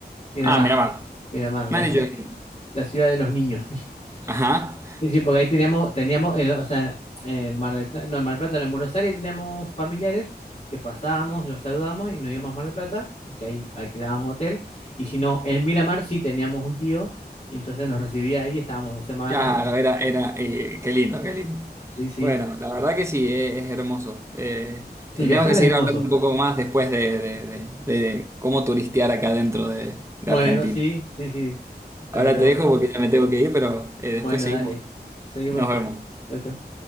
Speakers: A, on the left; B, on the right.
A: Miramar,
B: Ah, mira, va.
A: Miramar, la
B: Me han
A: ciudad,
B: dicho que-
A: la ciudad de los niños. <laughs>
B: Ajá.
A: Sí, sí, porque ahí teníamos, teníamos, en, o sea, en Mar del Plata, no, en Mar del Plata, no, en Buenos Aires teníamos familiares que pasábamos, los saludábamos y nos íbamos a Mar del Plata, que ahí alquilábamos hotel, y si no, en Miramar sí teníamos un tío, y entonces nos recibía ahí, estábamos dos semanas
B: Claro,
A: y
B: era, era, eh, qué lindo, qué lindo.
A: sí, sí.
B: Bueno, la verdad que sí, eh, es, hermoso. Eh,
A: Sí,
B: tendríamos
A: viajar
B: que seguir
A: es hermoso.
B: hablando un poco más después de, de- de- de cómo turistear acá dentro de, de
A: Bueno,
B: Argentina.
A: sí, sí, sí. Estaría
B: Ahora te
A: bueno.
B: dejo porque ya me tengo que ir, pero eh, después
A: Bueno,
B: seguimos.
A: dale. Seguimos
B: Nos
A: después.
B: vemos.
A: Chau, chau.